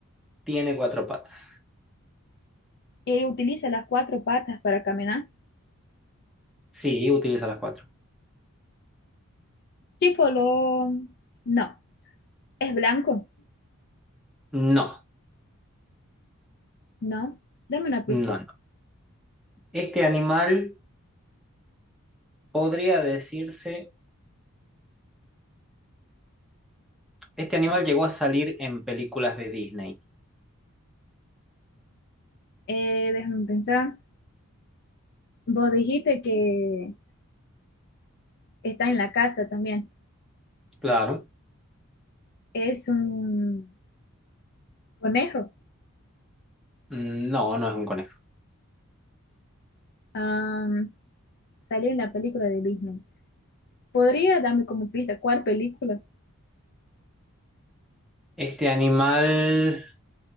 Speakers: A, in the centre; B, on the left.
A: Tiene cuatro patas.
B: Él utiliza las cuatro patas para caminar.
A: Sí, utiliza las cuatro.
B: ¿Qué color? No. ¿Es blanco?
A: No,
B: No. Dame una pista.
A: no, no. Este animal podría decirse, este animal llegó a salir en películas de Disney.
B: Eh, déjame pensar. Vos dijiste que está en la casa también.
A: Claro.
B: Es un conejo.
A: Mm, No, no es un conejo.
B: Ah, salió en la película de Disney. ¿Podría darme como pista cuál película?
A: Este animal